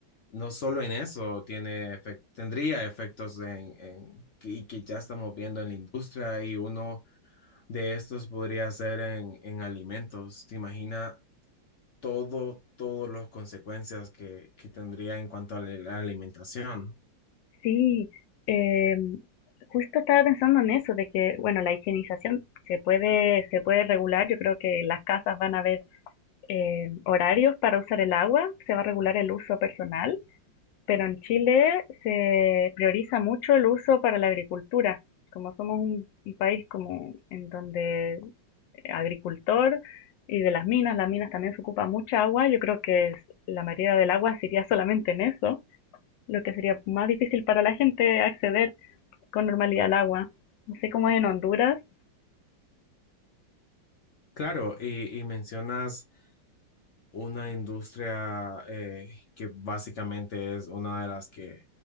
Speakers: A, on the left; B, on the left.
A: no solo en eso tiene efec- tendría efectos en, en- que, que ya estamos viendo en la industria y uno de estos podría ser en, en alimentos. ¿Te imaginas todo, todas las consecuencias que, que tendría en cuanto a la la alimentación?
B: Sí, eh, justo estaba pensando en eso, de que, bueno, la higienización se puede, se puede regular. Yo creo que las casas van a ver eh, horarios para usar el agua, se va a regular el uso personal, pero en Chile se prioriza mucho el uso para la agricultura. Como somos un, un país como en donde agricultor y de las minas, las minas también se ocupa mucha agua, yo creo que es- la mayoría del agua se iría solamente en eso, lo que sería más difícil para la gente acceder con normalidad al agua. No sé cómo es en Honduras.
A: Claro, y, y mencionas una industria eh, que básicamente es una de las que